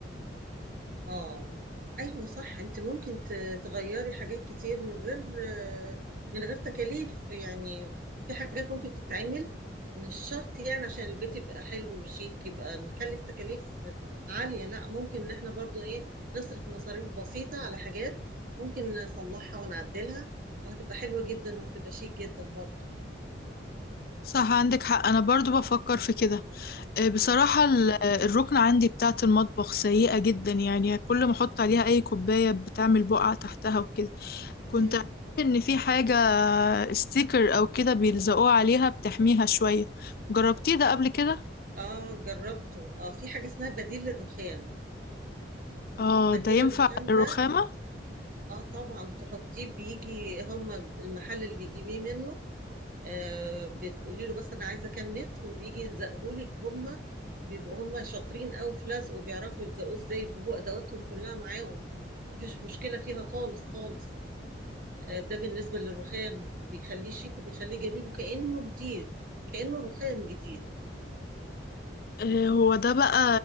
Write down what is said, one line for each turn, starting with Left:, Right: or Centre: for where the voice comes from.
Right: اه ايوه صح انت ممكن ت- تغيري حاجات كتير من غير آه، من غير تكاليف يعني في حاجات ممكن تتعمل مش شرط يعني عشان البيت يبقى حلو وشيك يبقى نكلف تكاليف عالية لا ممكن ان احنا برضو ايه نصرف مصاريف بسيطة على حاجات ممكن نصلحها ونعدلها وهتبقى حلوة جدا وهتبقى شيك جدا برضو
Left: صح عندك حق انا برضو بفكر في كده آه، بصراحة ال- الركنة عندي بتاعة المطبخ سيئة جدا يعني كل ما احط عليها اي كوباية بتعمل بقع تحتها وكده كنت
Right: مم.
Left: عارفة إن في حاجة ستيكر أو كده بيلزقوه عليها بتحميها شوية جربتيه ده قبل كده؟
Right: اه جربته اه في حاجة اسمها بديل الرخام
Left: اه
Right: بديل
Left: ده ينفع
Right: الرخام
Left: الرخامة
Right: ده اه طبعا تحطيه بيجي هما المحل اللي بيجيبيه منه آه بتقولي له بس انا عايزة كام متر وبيجي يلزقهولك هما بيبقوا هما شاطرين قوي في لزقه وبيعرفوا يلزقوه ازاي بيبقوا ادواتهم كلها معاهم مفيش مشكلة فيها خالص خالص آه ده بالنسبة للرخام بيخليه شيك وبيخليه جميل وكأنه جديد كأنه رخام جديد
Left: آه، هو ده بقى